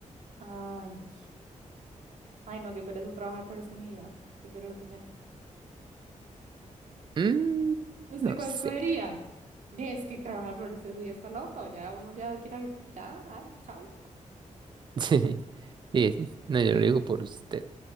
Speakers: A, on the right; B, on the right.
A: Ay, ay, no, qué pereza trabajar por esto en mi vida. Prefiero lo primero.
B: Mm,
A: No sé
B: no
A: cuál
B: sé.
A: escogería. Y Es que trabajar por usted ya está loco, ya uno ya quiere, ya, ay, chao.
B: <laughs> Sí, sí, sí. No, yo lo digo por usted.